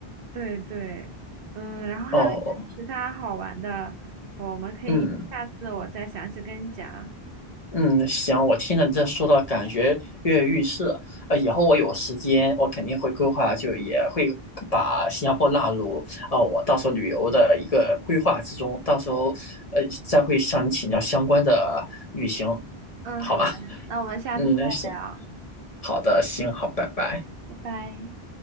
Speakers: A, on the right (about 65°); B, on the left (about 40°).
A: 对对，嗯，然后还有一些其他好玩的，
B: 哦，
A: 我们可以下次我再详细跟你讲。
B: 嗯。嗯，行，我听着你这说到，感觉跃跃欲试了。呃，以后我有时间，我肯定会规划，就也会把新加坡纳入啊、我到时候旅游的一个规划之中。到时候，呃，再会向你请教相关的旅行，
A: 嗯，
B: 好吧？
A: 好的，那我们下次再聊，
B: 嗯，行，好的，行，好，拜拜。
A: 拜拜。